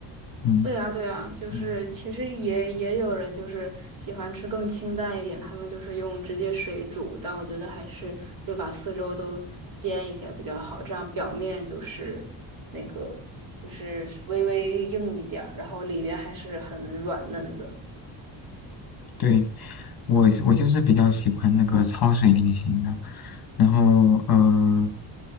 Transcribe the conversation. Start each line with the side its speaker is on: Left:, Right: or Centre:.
Left: 嗯
Right: 对呀，对呀，就是其实也也有人就是喜欢吃更清淡一点，
Left: 嗯，
Right: 他们就是用直接水煮，但我觉得还是就把四周都煎一下比较好，这样表面就是那个就是微微硬一点儿，然后里边还是很软嫩的。
Left: 对。我我就是比较喜欢那个焯水类型的，然后呃，